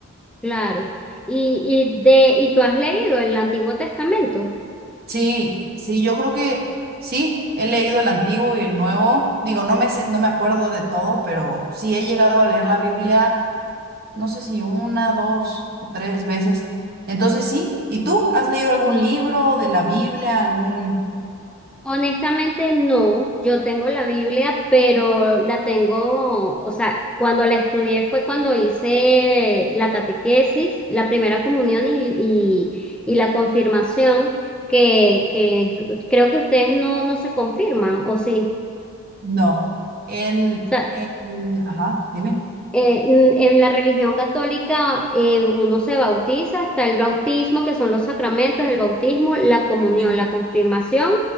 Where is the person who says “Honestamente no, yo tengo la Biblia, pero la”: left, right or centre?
Centre